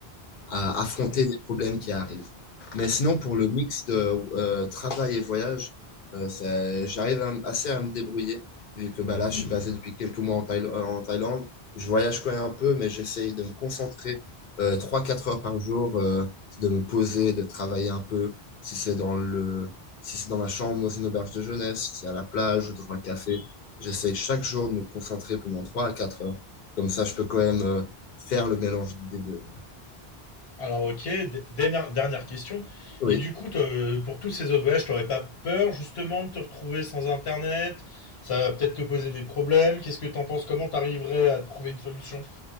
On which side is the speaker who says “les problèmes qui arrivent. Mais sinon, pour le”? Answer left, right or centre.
Left